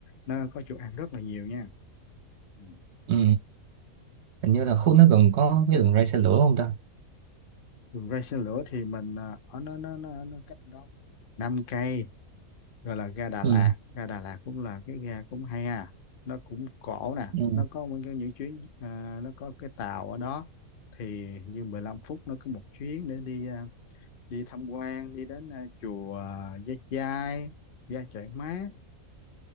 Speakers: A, on the left (about 55°); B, on the right (about 60°).
A: nó có chỗ ăn rất là nhiều nha Ừ.
B: Ừ. hình như là khu nó gần có cái đường ray xe lửa không ta
A: đường ray xe lửa thì mình ờ, ở nó nó nó, nó cách đó khoảng năm cây gọi là ga Đà
B: ừ
A: Lạt ga Đà Lạt cũng là cái ga cũng hay à nó cũng cổ nè
B: ừ
A: nó có những cái- những chuyến ờ, nó có cái tàu ở đó thì như 15 phút nó cứ một chuyến để đi ờ, đi tham quan đi đến ờ, chùa à, Gia Chai ga Trại Mát